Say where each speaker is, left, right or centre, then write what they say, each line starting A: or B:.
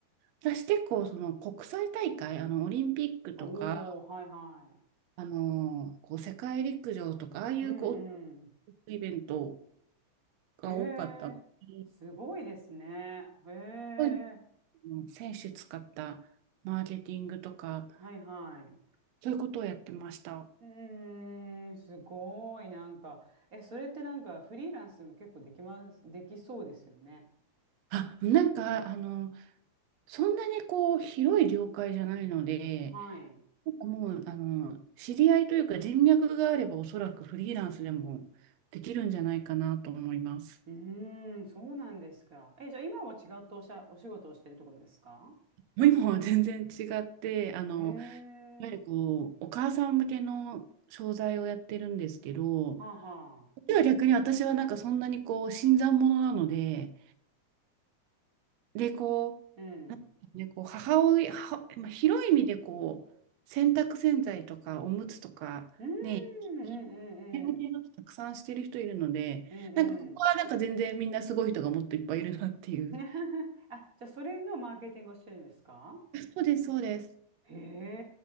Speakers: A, on the right; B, on the right.
A: 私結構その国際大会、あのオリンピックとか、
B: おー、はいは
A: あのこう世界陸上とか、ああいうこ
B: い。うんうん。
A: うイベントが多かったので、
B: へえ、すごいですね。へえ、
A: そういうの選手使ったマーケティングとか、
B: はいはい。
A: そういうことをやってました。
B: うーん、すごい、なんか、え、それってなんかフリーランスも結構できます、できそうですよね。
A: あ、なんか、あの、そんなにこう、広い業界じゃないので、
B: はい。
A: なんかもう、あの、知り合いというか人脈があれば、おそらくフリーランスでもできるんじゃないかなと思います。
B: うーん、そうなんですか。え、じゃあ今は違ったおしゃ、お仕事をしてるってことですか
A: もう今は全然違って、あの、
B: へえ、
A: いわゆるこう、お母さん向けの商材をやってるんですけど、
B: はあはあ。
A: では逆に私はなんかそんなにこう、新参者なので、で、こ
B: うん。
A: う、ね、こう母親、母まあ広い意味でこう、洗濯洗剤とかおむつとか、
B: うーん、
A: ね、
B: うん、うん、
A: 向けのたくさんしてる人いるので、
B: うん、うんうん。
A: なんかここはなんか全然みんなすごい人がもっといっぱいいるなっていう。
B: <laughs> あ、じゃあそれのマーケティングをしてるんですか
A: そうです、そうです。
B: へ